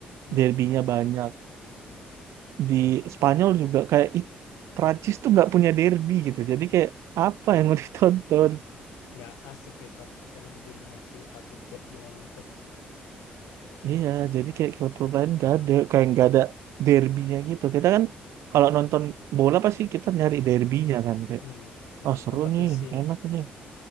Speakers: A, on the left; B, on the right.
A: Hmm.
B: derbynya banyak. Di Spanyol juga kayak I- Prancis tuh nggak punya derby gitu. Jadi kayak apa yang mau ditonton
A: Gak asik ya saat karena didominasi satu klub doang itu.
B: Iya, jadi kayak klub-klub lain gak ada, kayak nggak ada derbynya gitu. Kita kan kalau nonton bola pasti kita nyari derbynya kan kayak,
A: Hmm. Dari
B: oh seru
A: kompetisi
B: nih, enak
A: ya.
B: nih,